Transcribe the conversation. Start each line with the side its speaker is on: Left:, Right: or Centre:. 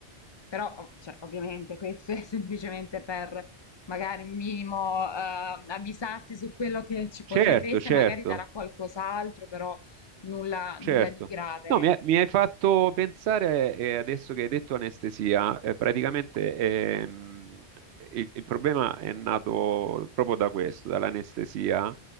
Left: Però, ov- cioè, ovviamente questo è <laughs> semplicemente per magari un minimo eh, avvisarti su quello che ci
Right: certo,
Left: potrebbe essere,
Right: certo.
Left: magari darà qualcos'altro, però nulla,
Right: Certo.
Left: nulla di grave.
Right: No, mi,
Left: ecco.
Right: ha- mi hai fatto pensare, eh, adesso che hai detto anestesia, eh, praticamente ehm, il, il problema è nato proprio da questo, dall'anestesia,